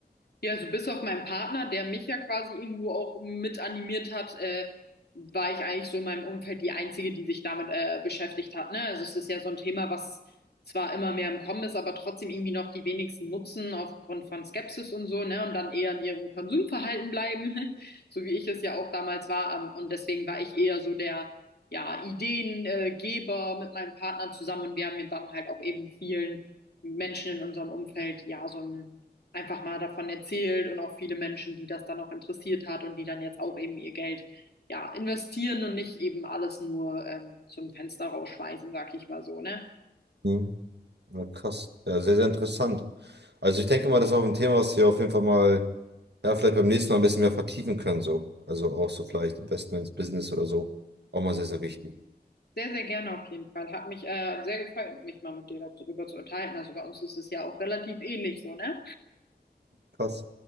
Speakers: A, on the left; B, on the right.
A: Ja, so bis auf meinen Partner, der mich ja quasi irgendwo auch mit animiert hat, äh, war ich eigentlich so in meinem Umfeld die Einzige, die sich damit äh, beschäftigt hat. Ne? Also es ist ja so ein Thema, was zwar immer mehr im Kommen ist, aber trotzdem irgendwie noch die wenigsten nutzen aufgrund von Skepsis und so, ne? Und dann eher in ihrem Konsumverhalten bleiben, <laughs> so wie ich es ja auch damals war. Ähm, Und deswegen war ich eher so der, ja, Ideengeber mit meinem Partner zusammen und wir haben mir dann halt auch eben vielen Menschen in unserem Umfeld ja so ein einfach mal davon erzählt und auch viele Menschen, die das dann auch interessiert hat und die dann jetzt auch eben ihr Geld ja investieren und nicht eben alles nur ähm, zum Fenster rausschmeißen, sag ich mal so, ne?
B: Hm. Ja, krass. Ja, sehr, sehr interessant. Also ich denke mal, das ist auch ein Thema, was wir auf jeden Fall mal, ja, vielleicht beim nächsten Mal ein bisschen mehr vertiefen können, so. Also auch so vielleicht Investments, Business oder so. Auch mal sehr, sehr wichtig.
A: Sehr, sehr gerne auf jeden Fall. Hat mich äh, sehr gefreut, mich mal mit dir darüber zu unterhalten. Also bei uns ist es ja auch relativ ähnlich so, ne?
B: Krass.